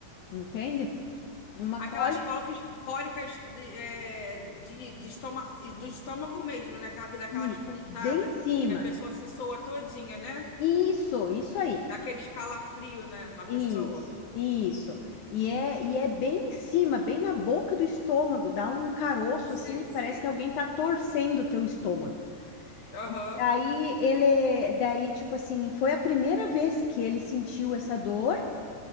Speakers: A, on the left; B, on the left.
A: entende? Uma
B: Aquelas
A: cólica,
B: cólicas, cólicas de, é, de, de estômago, do estômago mesmo, né? Aquela que dá aquelas
A: isso,
B: pontadas,
A: bem em cima.
B: que a pessoa se soa todinha, né?
A: Isso, isso aí.
B: Dá aquele escalafrio, né, na pessoa.
A: Isso, isso. E é, e é bem em cima, bem na boca do estômago, dá um caroço
B: Sei,
A: assim, e
B: sei.
A: parece que alguém tá torcendo o teu estômago.
B: Aham.
A: E daí ele, daí tipo assim, foi a primeira vez que ele sentiu essa dor.